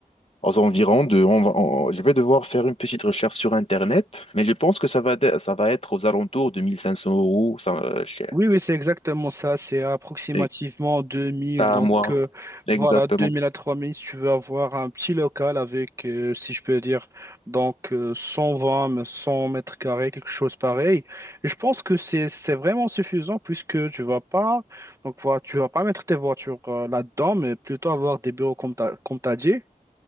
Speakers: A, on the left; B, on the right.
A: aux environs de. on va- on- je vais devoir faire une petite recherche sur Internet, mais je pense que ça va, dé- ça va être aux alentours de 1500 euros, ça, euh, cher.
B: Oui, oui, c'est exactement ça. C'est approximativement
A: Et-
B: deux mille,
A: Par
B: Donc,
A: mois.
B: euh,
A: Exactement.
B: voilà, deux mille à 3000 si tu veux avoir un petit local avec, euh, si je peux dire, donc euh, 120, mais 100 mètres carrés, quelque chose pareil. Et je pense que c'est c'est vraiment suffisant puisque tu vas pas, donc voilà, tu vas pas mettre tes voitures euh, là-dedans, mais plutôt avoir des bureaux comme t'as, comme t'as dit.